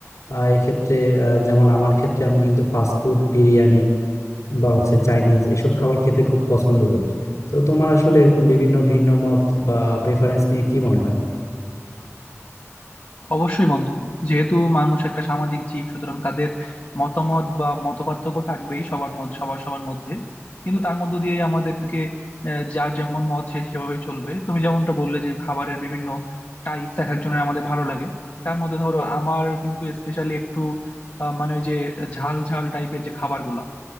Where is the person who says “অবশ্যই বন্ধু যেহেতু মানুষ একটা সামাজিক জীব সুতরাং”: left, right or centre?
Left